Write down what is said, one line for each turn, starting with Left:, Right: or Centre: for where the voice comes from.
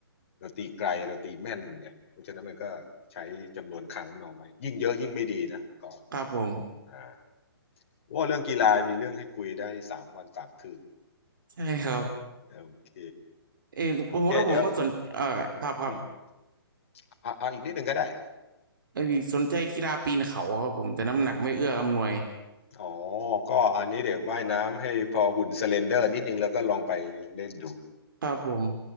Left: เราตีไกลเราตีแม่นไงเพราะฉะนั้นมันก็ใช้จำนวนครั้งน้อยยิ่งเยอะยิ่งไม่ดีนะกอล์ฟ
Right: ครับผม
Left: อ่าว่าเรื่องกีฬามีเรื่องให้คุยได้สามวันสามคืน
Right: ใช่ครับ
Left: โอเค
Right: เออผมแล้วผมก็สนเออครับครับ
Left: โอเคเดี๋ยวอืมเอาเอาอีกนิดหนึ่งก็ได้
Right: เออสนใจกีฬาปีนเขาครับผมแต่น้ำหนักไม่เอื้ออำนวย
Left: อ๋อ ก็อันนี้เดี๋ยวว่ายน้ำให้พอหุ่นสเลนเดอร์นิดนึงแล้วก็ลองไปเล่นดู
Right: ครับผม